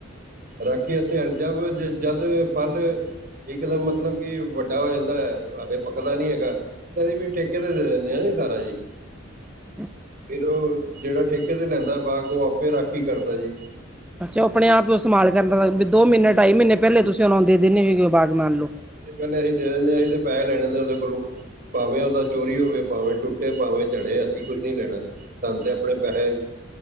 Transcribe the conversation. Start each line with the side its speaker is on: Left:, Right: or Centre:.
Right: ਰੱਖੀ ਧਿਆਲ ਜਾਵ ਜੇ ਜਲ, ਫਲ। ਇੱਕ ਤਾਂ ਮਤਲਬ ਕਿ, ਵੱਡਾ ਹੋ ਜਾਂਦਾ ਹੈ। ਹਜੇ ਪੱਕਦਾ ਨੀ ਹੈਗਾ। ਅਸੀਂ ਵੀ ਠੇਕੇ ਤੇ, ਦੇ ਦਿੰਦੇ ਆ ਨੀ ਸਾਰਾ ਜੀ।
Centre: ਹ <inaudible>
Right: ਫੇਰ ਉਹ ਜਿਹੜਾ ਠੇਕੇ ਤੇ ਲੈਂਦਾ ਬਾਗ ਉਹ ਆਪੇ ਰਾਖੀ ਕਰਦਾ ਜੀ।
Centre: ਅੱਛਾ ਆਪ ਉਹ ਸਮਾਲ ਕਰਨਾ ਦਾ ਵੀ ਦੋ ਮਹੀਨੇ ਢਾਈ ਮਹੀਨੇ ਪਹਿਲੇ ਤੁਸੀਂ ਉਹਨਾਉਂਦੇ ਦਿੰਦੇ ਸੀਗੇ ਉਹ ਬਾਗ ਮੰਨ ਲਓ।
Right: ਪਹਿਲੇ ਅਹੀ ਦੇਿੰਦੇ ਹ ਅਹੀ ਤੇ ਪੈੇਹੇ ਲੈਣੇ ਹੁੰਦੇ ਉਹਦੇ ਕੋਲੋਂ ਭਾਵੇਂ ਉਹਦਾ ਚੋਰੀ ਹੋਵੇ ਭਾਵੇਂ ਟੁੱਟੇ ਭਾਵੇਂ ਝੜੇ ਅਸੀਂ ਕੁੱਝ ਨੀ ਲੈਣਾ। ਸਾਨੂੰ ਤੇ ਅਪਣੇ ਪੈਹੇ